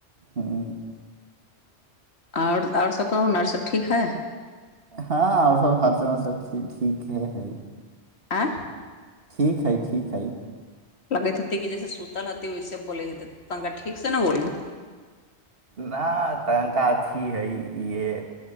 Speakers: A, on the right; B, on the left.
A: हूं।
B: आओर, आओर सभ कहू न आओर सभ ठीक है।
A: हँ आओर सब, हाल समाचार सब ठीक हे है।
B: आंह।
A: ठीक हइ, ठीक हइ।
B: लगैत हेतै, कि जैसे सुतल हतै ओैसे बोलैत हेते, तनिका ठीक से ने बोलू।
A: ना तहंका अथी हइ, इहे